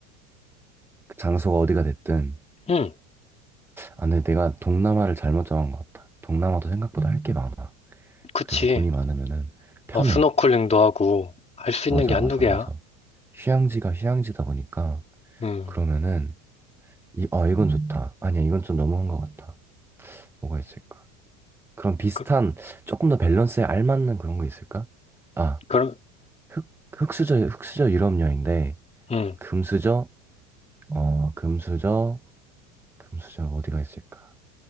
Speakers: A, in the centre; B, on the left.
A: 그 장소가 어디가 됐든.
B: 응,
A: 아, 근데 내가 동남아를 잘못 정한 것 같다. 동남아도 생각보다 할 게 많아.
B: 그치.
A: 그리고 돈이 많으면은 편해.
B: 어, 스노클링도 하고 할 수 있는
A: 맞아,
B: 게 한두
A: 맞아,
B: 개야.
A: 맞아. 휴양지가 휴양지다 보니까
B: 음,
A: 그러면은 이, 어, 이건 좋다. 아니야, 이건 좀 너무한 것 같아. 뭐가 있을까? 그런 비슷한,
B: 그,
A: 조금 더 밸런스에 알맞는 그런 거 있을까? 아,
B: 그럼,
A: 흑, 흑수저, 흑수저 유럽여인데,
B: 음,
A: 금수저, 어, 금수저, 금수저 어디가 있을까?